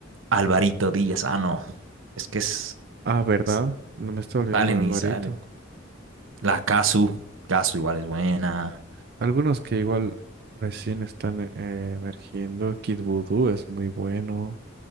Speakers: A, on the right; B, on the right.
A: Alvarito Díaz, ah, no. Es que es,
B: Ah, ¿verdad?
A: es-
B: No me está olvidando
A: salen
B: de Alvarito.
A: y salen. La Casu, Casu igual es buena.
B: Algunos que igual recién están eh, emergiendo. Kid Voodoo es muy bueno.